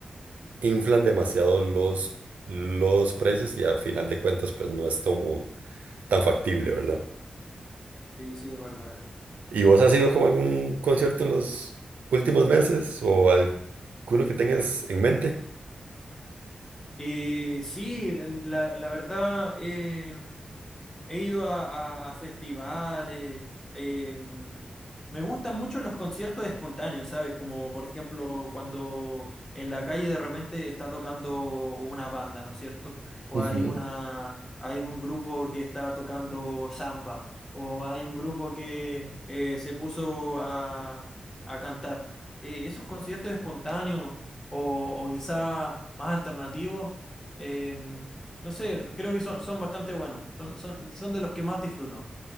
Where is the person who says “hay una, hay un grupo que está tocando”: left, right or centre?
Left